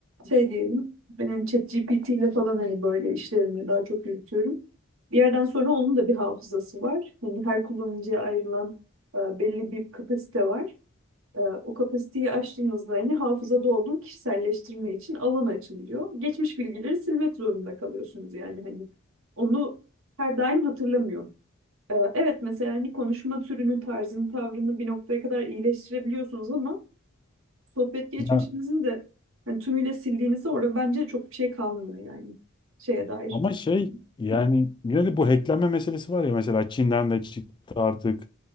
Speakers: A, on the right (about 80°); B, on the left (about 20°).
A: şey diyelim ben hani ChatGPT ile falan hani böyle işlerimi daha çok yürütüyorum. Bir yerden sonra onun da bir hafızası var. Hani her kullanıcıya ayrılan e, belli bir kapasite var. Ee, o kapasiteyi aştığınızda hani hafızada olduğu kişiselleştirme için alan açılıyor. Geçmiş bilgileri silmek zorunda kalıyorsunuz yani hani onu her daim hatırlamıyor. Ee, evet mesela hani konuşma türünü, tarzını, tavrını bir noktaya kadar iyileştirebiliyorsunuz ama sohbet geçmişinizin
B: Ya,
A: de hani tümüyle sildiğinizde orada bence çok bir şey kalmıyor yani şeye dair.
B: ama şey yani
A: Hı.
B: yine de bu hacklenme meselesi var ya mesela Çin'den de çıktı artık.